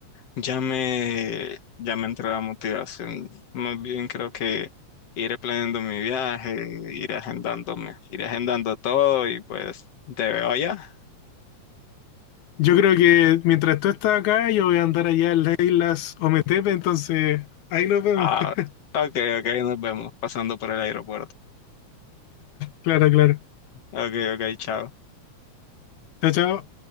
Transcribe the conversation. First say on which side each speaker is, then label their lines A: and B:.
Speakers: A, on the left; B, on the left.
A: Ya me, ya me entró la motivación. Más bien creo que iré planeando mi viaje, iré agendándome, iré agendando todo y pues te veo allá.
B: Yo creo que mientras tú estás acá, yo voy a andar allá en las islas Ometepe, entonces ahí nos vemos.
A: Ah,
B: <laughs>
A: ok, ok, nos vemos pasando por el aeropuerto.
B: Claro, claro.
A: Ok, ok, chao.
B: Chao, chao.